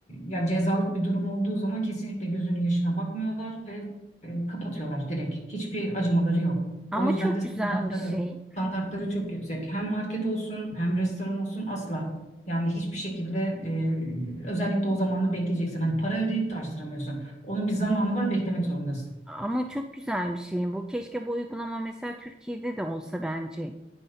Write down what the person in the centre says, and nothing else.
Ama
çok
güzel bir şey.
Ama çok güzel bir şey. Bu keşke bu uygulama mesela Türkiye'de de olsa bence.